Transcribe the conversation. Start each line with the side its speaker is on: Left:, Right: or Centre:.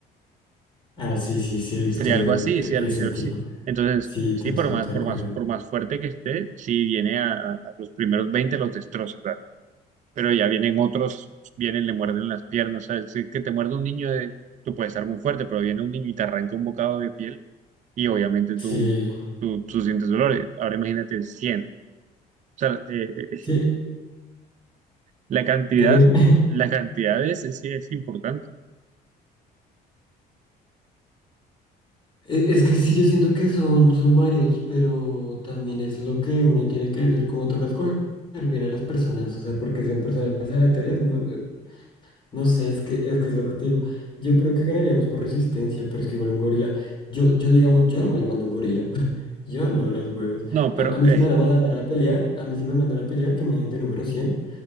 Left: Ah, sí, sí, sí, he visto
Right: Sería
Left: e-
Right: algo así,
Left: e-
Right: ¿cierto?
Left: ese
Right: ¿Cierto?
Left: tipo.
Right: Así. Entonces,
Left: Sí,
Right: sí,
Left: totalmente
Right: por más, por
Left: de acuerdo.
Right: más, por más fuerte que esté, si viene a, a- los primeros 20 los destroza, ¿verdad? Pero ya vienen otros, vienen, le muerden las piernas, ¿sabes? Si que te muerde un niño, de, tú puedes estar muy fuerte, pero viene un niño y te arranca un bocado de piel y obviamente
Left: Sí,
Right: tú, tú, tú sientes dolores. Ahora imagínate cien O sea, eh, eh, <laughs>
Left: sí,
Right: la cantidad,
Left: dime. <laughs>
Right: la cantidad es, sí es importante.
Left: E- Es que sí, yo siento que son, son varios, pero también es lo que uno tiene que decir, como toca escoger bien a las personas, o sea, porque son personas aleatorias, no, eh, no sé, es que, es que es lo que te digo. Yo creo que ganaríamos por resistencia, pero es que igual un gorila, yo, yo digamos, yo no me le mando a un gorila, <laughs> yo no, las huevas.
Right: No, pero,
Left: A, a mí
Right: eh,
Left: si me van a mandar a pelear, a mí si me mandan a pelear, que me den de número cien